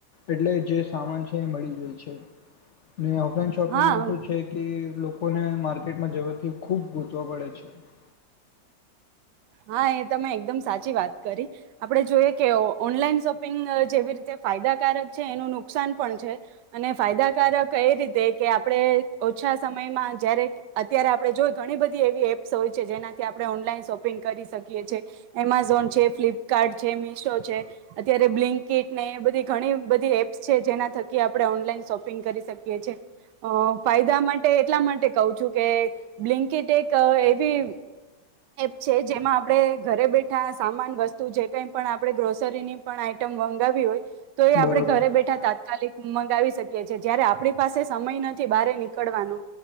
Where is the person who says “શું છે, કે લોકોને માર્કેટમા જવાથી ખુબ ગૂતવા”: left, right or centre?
Left